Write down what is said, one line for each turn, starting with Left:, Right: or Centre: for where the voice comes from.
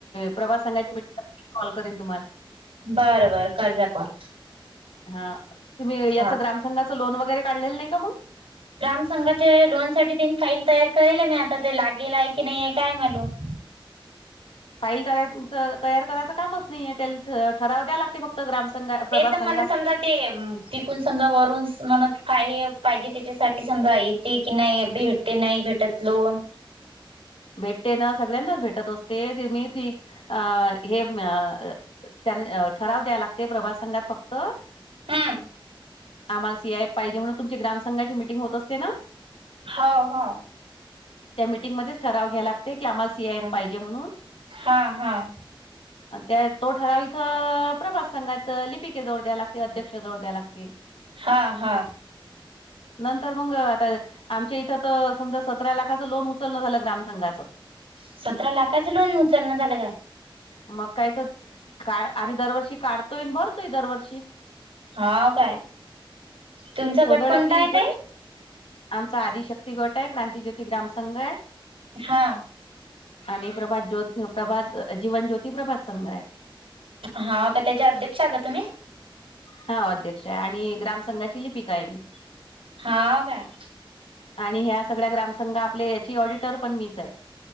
Left: प्रभात संघाची मीटिंग असली, की कॉल करीन तुम्हाला.
Right: बर. बरं. करते कॉल.
Left: हा. तुम्ही याच
Right: हा
Left: ग्रामसंघाच लोन वगैरे काढलेलं नई का? मग
Right: ग्राम संंघाचे लोन, साठी तीने फाईल तयार करेले. मी आता ते लागेल, हाय की नई ये काय? मालूम.
Left: फाईल कराय. पुरतं तयार करायचं कामच नाहीय. त्याल ठराव द्या लागते. फक्त ग्रामसंघात, प्रभात
Right: ते तर
Left: संघात.
Right: मला समजा ते तिकून समजा, वरून म्हणत का? हे पाहिजे त्याच्यासाठी समजा ये. ते की नाही भेटते नाही भेटत लोन.
Left: भेटते ना सगळ्यांनाच भेटत असते, ते मी ती अ हे. मे. अ. ठराव द्याव लागते, प्रभात संघात फक्त.
Right: हम्म..
Left: आम्हाला सी आयएफ पाहिजे म्हणून तुमच्या ग्रामसंघाची मीटिंग होत असते ना?
Right: हो. हो.
Left: त्या मीटिंगमध्येच. ठराव घ्याव लागते की, आम्हास सी, आय.
Right: हा
Left: एफ. पाहिजे म्हणून.
Right: हा हा
Left: त्या तो ठराव इथं प्रभात संघात लिपिके जवळ द्या लागते. अध्यक्ष जवळ द्या लागते.
Right: हा. हा.
Left: नंतर मंग, आता आमच्या इथं तर समजा. सतरा लाखाच लोन उचलण झालं. ग्राम संघाचं.
Right: सतरा लाखाच लोन उचलन झालं का?
Left: मग काय तर का आम्ही दरवर्षी काढतोय अन् भरतोय दरवर्षी.
Right: हाव. काय? तुमचा
Left: सोनळ्यातले
Right: गट कोणता? हाय
Left: इकड
Right: ताई.
Left: आमचा आदिशक्ती गट आहे. क्रांतिज्योती ग्रामसंघ आहे.
Right: हा.
Left: आणि प्रभात ज्योत, प्रभात जीवन ज्योत. ती. प्रभात संघ आहे.
Right: हा का त्याच्या अध्यक्ष का तुम्ही
Left: हाव. अध्यक्ष हाय आणि ग्राम संंघाची लिपिका आहे. मी.
Right: हा काय?
Left: आणि ह्या सगळ्या ग्रामसंघ आपले याची ऑडिटर पण मीच आहे.